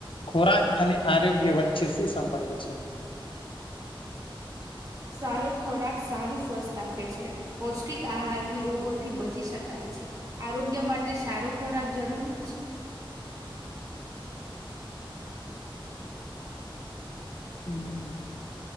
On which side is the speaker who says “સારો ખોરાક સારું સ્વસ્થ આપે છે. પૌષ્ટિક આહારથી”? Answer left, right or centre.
Right